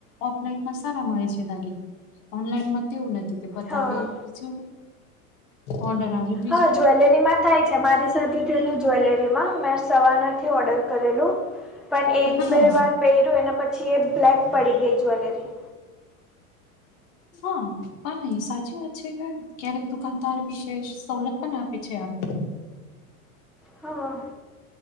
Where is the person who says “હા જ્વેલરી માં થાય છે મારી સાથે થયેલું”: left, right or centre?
Centre